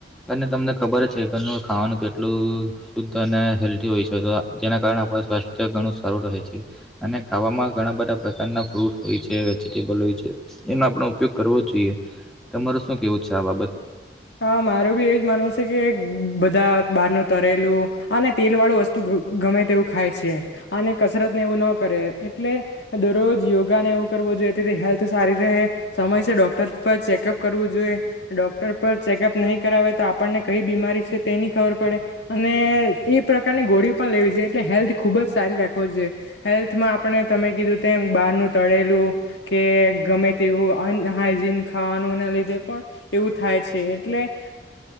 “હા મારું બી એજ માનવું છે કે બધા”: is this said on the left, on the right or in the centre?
Left